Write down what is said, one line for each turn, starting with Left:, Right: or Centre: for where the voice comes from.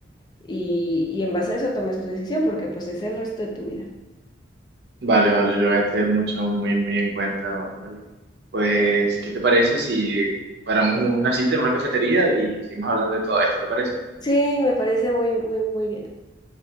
Left: y, y en base a eso tomes tu decisión porque pues es el resto de tu vida.
Right: Vale, vale, lo voy a tener mucho, muy, muy en cuenta, vale, vale. Pues, ¿qué te parece si paramos una cita en una cafetería y seguimos hablando de todo esto? ¿Te parece?
Left: Sí, me parece muy, muy, muy bien.